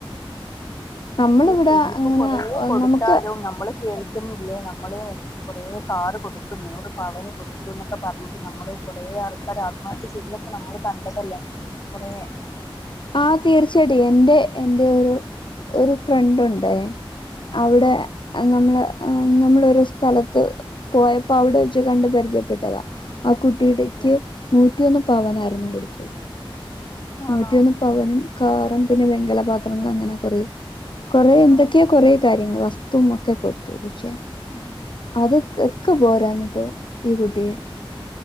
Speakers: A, on the left; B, on the left.
A: നമ്മളിവിടെ
B: അതെ പ്പൊ ഇനിപ്പോകൊറേ
A: അങ്ങനെ
B: കൊടുത്താലും
A: നമുക്ക്
B: നമ്മള് കേ ക്കുന്നില്ലേ നമ്മള് കൊറേ കാറു കൊടുത്തു നൂറ് പവന് കൊടുത്തു എന്നൊക്കെ പറഞ്ഞിട്ട് നമ്മള് കൊറേ ആൾക്കാര് ആത്മഹത്യ ചെയ്തതൊക്കെ നമ്മള് കണ്ടതല്ലേ കുറെ
A: ആ തീർച്ചടി എന്റെ എന്റെ ഒരു ഒരു ഫ്രണ്ട് ഉണ്ടേ അവിടെ
B: ആഹ്
A: അ നമ്മള് ആ നമ്മളൊരു സ്ഥലത്ത് പോയപ്പോ അവിടെ വച്ച് കണ്ട് പരിചയപ്പെട്ടതാ ആ കുട്ടിയുടെക്ക്
B: അതെ
A: നൂറ്റിഒന്ന് പവനായിരുന്നു കൊടുത്തത്. ന
B: ആണോ
A: റ്റിയൊന്ന് പവനും കാറും പിന്നെ വെങ്കലപാത്രങ്ങളൾ അങ്ങനെ കൊറെ കൊറെ എന്തൊക്കെ
B: ആഹ്
A: കൊറെേ കാര്യങ്ങൾ വസ്ത്തും ഒക്കെ കൊടുത്തു പക്ഷെ
B: ഉം
A: അത് ക ക്കെ പോരാഞ്ഞിട്ട് ഈ കുട്ടിയെ